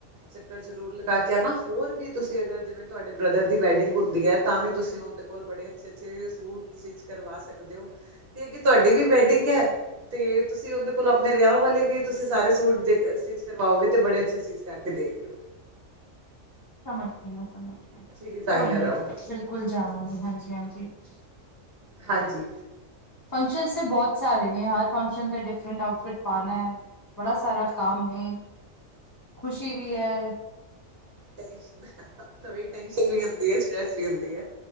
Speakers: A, on the right; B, on the left.
A: ਚੱਕਰ ਜ਼ਰੂਰ ਲਗਾ ਕੇ ਆਨਾ ਹੋਰ ਵੀ ਤੁਸੀਂ ਅਗਰ ਜਿਵੇਂ ਤੁਹਾਡੇ ਬ੍ਰਦਰ ਦੀ ਵੈਡਿੰਗ ਹੁੰਦੀ ਐ ਤਾਂ ਵੀ ਤੁਸੀਂ ਓ ਓਦੇ ਕੋਲ ਬੜੇ ਅੱਛੇ ਅੱਛੇ ਸੂਟ ਸਟਿਚ ਕਰਵਾ ਸਕਦੇ ਓ ਤੇ ਅੱਗੇ ਤੁਹਾਡੀ ਵੀ ਵੈਡਿੰਗ ਐ ਤੇ ਤੁਸੀ ਓਦੇ ਕੋਲੋਂ ਆਪਨੇ ਵੇਆ ਵਾਲੇ ਵੀ ਤੁਸੀ ਸਾਰੇ ਸੂਟ <inaudible> ਸਟਿਚ ਕਵਾਓਗੇ ਤੇ ਬੜੇ ਅੱਛੇ ਸਚੀਚ ਕਰਕੇ ਦੇਗੀ ਓ
B: ਸਮਝ ਗੀ ਮੈਂ ਸਮਝ ਗਈ,
A: ਡਿਜ਼ਾਇਨਰ
B: ਕੋਈ ਨੀ
A: ਹੈ ਉਹ
B: ਬਿਲਕੁੱਲ ਜਾਵਾਂਗੀ ਹਾਂਜੀ, ਹਾਂਜੀ <unintelligible>
A: ਹਾਂਜੀ।
B: ਫੰਸ਼ਨਸ ਤੇ ਬੋਤ ਸਾਰੇ ਨੇ ਹਰ ਫੰਕਸ਼ਨ ਤੇ ਡਿਫਰੈਂਟ ਆਊਟਫਿਟ ਪਾਨਾ ਬੜਾ ਸਾਰਾ ਕੰਮ ਏ, ਖੁਸ਼ੀ ਵੀ ਐ
A: ਟੇਨਸ਼ਨ <inaudible> ਥੋੜੀ ਟੇਨਸ਼ਨ ਵੀ ਹੁੰਦੀ ਐ ਸਟੈਰਸ ਵੀ ਹੁੰਦੀ ਐ